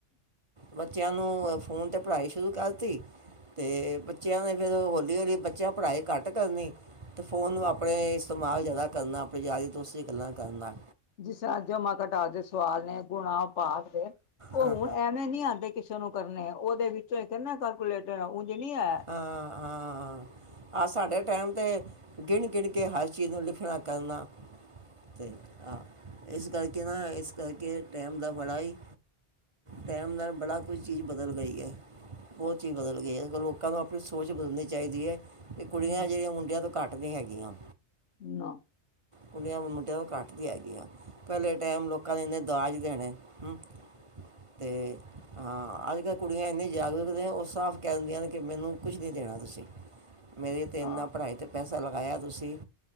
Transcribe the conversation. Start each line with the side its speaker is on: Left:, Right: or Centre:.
Right: ਬੱਚਿਆਂ ਨੂੰ, ਫੋਨ ਤੇ ਪੜ੍ਹਾਈ ਸ਼ੁਰੂ ਕਰਤੀ। ਤੇ ਬੱਚਿਆਂ ਨੇ ਫਿਰ, ਹੌਲੀ-ਹੌਲੀ ਬੱਚਿਆਂ ਪੜ੍ਹਾਈ ਘੱਟ ਕਰਨੀ। ਤੇ ਫ਼ੋਨ ਨੂੰ ਆਪਣੇ, ਇਸਤੇਮਾਲ ਜ਼ਿਆਦਾ ਕਰਨਾ। ਆਪਣੀ ਯਾਰੀ-ਦੋਸਤੀ ਗੱਲਾਂ ਕਰਨਾ।
Left: ਜਿਸ ਤਰ੍ਹਾਂ ਜਮਾ-ਘਟਾ ਦੇ ਸਵਾਲ ਨੇ, ਗੁਣਾ-ਭਾਗ ਦੇ, ਉਹ
Right: ਹਾਂ
Left: ਹੁਣ ਐਵੇਂ ਨਹੀਂ ਆਉਂਦੇ ਕਿਸੇ ਨੂੰ ਕਰਨੇ, ਉਹਦੇ ਵਿੱਚੋਂ ਇੱਕ ਕਹਿੰਦੇ ਕੈਲਕੂਲੇਟਰ ਜਿਹਣੀ ਹੈ।
Right: ਹਾਂ ਹਾਂ, ਆਹ ਸਾਡੇ ਟਾਈਮ ਤੇ ਗਿਣ-ਗਿਣ ਕੇ ਹਰ ਚੀਜ਼ ਨੂੰ ਲਿਖਣਾ ਕਰਨਾ, ਤੇ ਹਾਂ ਇਸ ਕਰਕੇ ਨਾ, ਇਸ ਕਰਕੇ ਟਾਈਮ ਦਾ ਬੜਾ ਹੀ ਟਾਈਮ ਨਾਲ, ਬੜਾ ਕੁਝ ਚੀਜ਼ ਬਦਲ ਗਈ ਹੈ। ਬਹੁਤ ਚੀਜ਼ ਬਦਲ ਗਈ। ਇਸ ਲ ਲੋਕਾਂ ਨੂੰ ਆਪਣੀ ਸੋਚ ਬਦਲਣੀ ਚਾਹੀਦੀ ਹੈ, ਕਿ ਕੁੜੀਆਂ
Left: ਹੂੰ
Right: ਜਿਹੜੀਆਂ ਮੁੰਡਿਆਂ ਤੋਂ ਘੱਟ ਨਹੀਂ ਹੈਗੀਆਂ।
Left: ਨਾ।
Right: ਕੁਡੀਆਂ ਮੁੰਡਿਆਂ ਤੋਂ ਕੱਟ ਨੀ ਹੈਗੀਆਂ, ਪਹਿਲੇ ਟਾਈਮ ਲੋਕਾਂ ਨੇ ਇੰਨੇ ਦਾਜ ਦੇਣੇ ਹਮ। ਤੇ ਹਾਂ, ਅਜ ਕੱਲ ਕੁੜੀਆਂ ਇੰਨੇ ਜਾਗਰੂਕ ਨੇ, ਉਹ ਸਾਫ਼ ਕਹਿ ਦਿੰਦੀਆਂ ਨੇ ਕਿ ਮੈਨੂੰ ਕੁਛ ਨਹੀਂ ਦੇਣਾ ਤੁਸੀਂ, ਮੇਰੇ ਤੇ
Left: ਹਾਂ,
Right: ਇੰਨਾ ਪੜ੍ਹਾਈ ਪੈਸਾ ਲਗਾਇਆ ਤੁਸੀਂ,